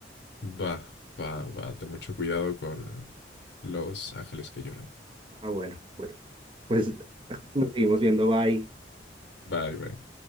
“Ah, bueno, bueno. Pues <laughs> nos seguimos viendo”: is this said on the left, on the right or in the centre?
Right